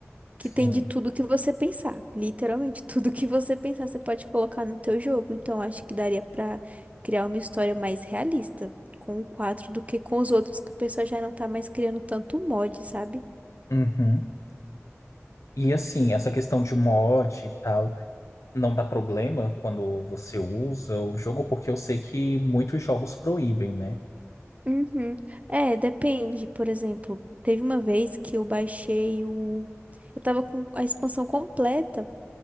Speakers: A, on the right; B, on the left.
A: que
B: sim.
A: tem de tudo que você pensar. Literalmente, <laughs> tudo que você pensar você pode colocar no teu jogo. Então, acho que daria para criar uma história mais realista com o quatro do que com os outros que o pessoal já não tá mais criando tanto mod, sabe?
B: Uhum. E assim, essa questão de mod e tal, não dá problema quando você usa o jogo, porque eu sei que muitos jogos proíbem, né?
A: Uhum. É, depende. Por exemplo, teve uma vez que eu baixei o. Eu tava com a expansão completa